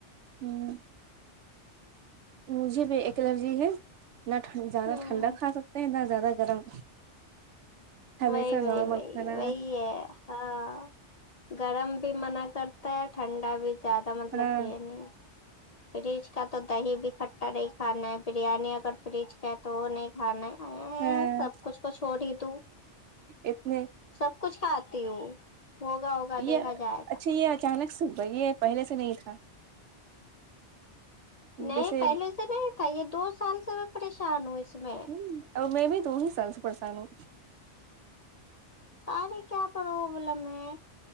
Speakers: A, on the right (about 80°); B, on the left (about 45°).
A: ہوں مجھے بھی ایک الرجی ہے نہ ٹھ زیادہ
B: ہوں
A: ٹھنڈا کھا سکتے ہیں نہ زیادہ گرم ہمیشہ
B: وہی وہی
A: نارمل
B: وہی
A: کھانا
B: وہی ہے ہاں گرم بھی منع کرتا ہے ٹھنڈا بھی زیادہ مطلب
A: ہاں
B: یہ نہیں فریج کا تو دہی بھی کھٹا نہیں کھانا ہے بریانی اگر فریج کا تو نہیں کھانا امم
A: ہاں
B: سب کچھ تو چھوڑ ہی دو
A: اتنے
B: سب کچھ کھاتی ہوں ہوگا ہوگا
A: یہ
B: دیکھا جائے
A: اچھا
B: گا
A: یہ اچانک سب یہ پہلے سے نہیں تھا
B: نہیں
A: جیسے
B: پہلے سے نہیں تھا یہ دو سال سے میں پریشان ہوں اس میں
A: اہ اور میں بھی دو ہی سال سے پریشان ہو
B: ارے کیا پرابلم ہے